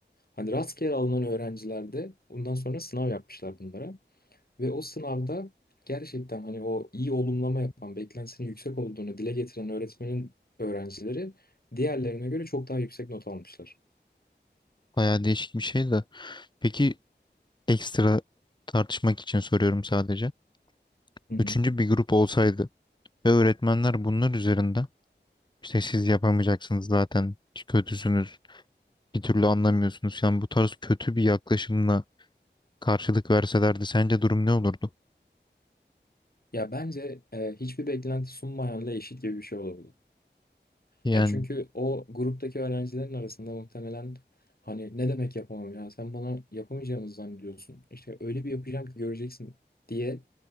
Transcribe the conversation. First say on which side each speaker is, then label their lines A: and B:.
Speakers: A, on the left; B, on the left.
A: Hani rastgele alınan öğrencilerde ondan sonra sınav yapmışlar bunlara. Ve o sınavda gerçekten hani o iyi olumlama yapan, beklentisinin yüksek olduğunu dile getiren öğretmenin öğrencileri diğerlerine göre çok daha yüksek not almışlar.
B: Bayağı değişik bir şey de. Peki ekstra tartışmak için soruyorum sadece.
A: Hı hı.
B: Üçüncü bir grup olsaydı ve öğretmenler bunlar üzerinde işte siz yapamayacaksınız zaten kötüsünüz bir türlü anlamıyorsunuz. Yani bu tarz kötü bir yaklaşımla karşılık verselerdi sence durum ne olurdu?
A: Ya bence e, hiçbir beklenti sunmayanla eşit gibi bir şey olurdu.
B: Yani
A: Ya çünkü o gruptaki öğrencilerin arasında muhtemelen hani ne demek yapamam ya sen bana yapamayacağımızı zannediyorsun. İşte öyle bir yapacağım ki göreceksin diye